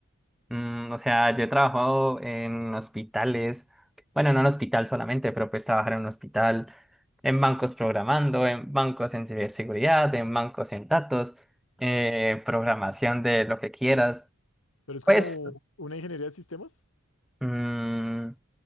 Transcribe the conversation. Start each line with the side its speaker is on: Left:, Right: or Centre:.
Centre: Mm, o sea, yo he trabajado en hospitales, bueno, no en hospital solamente, pero pues trabajar en un hospital, en bancos programando, en bancos en ciberseguridad, en bancos en datos, eh, programación de lo que quieras.
Left: Pero es
Centre: Pues,
Left: como una ingeniería de sistemas.
Centre: mm,